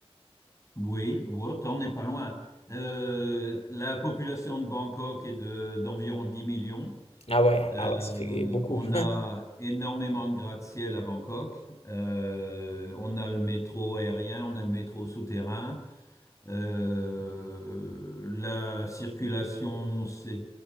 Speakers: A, on the left; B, on the left.
A: Oui, bon, t'en es pas loin. Euh, la population de Bangkok est de, d'environ 10 millions.
B: Ah ouais,
A: Euh,
B: ah ouais, ça fait beaucoup.
A: on a
B: <laughs>
A: énormément de gratte-ciel à Bangkok. Euh, on a le métro aérien, on a le métro souterrain. Euh, la circulation, c'est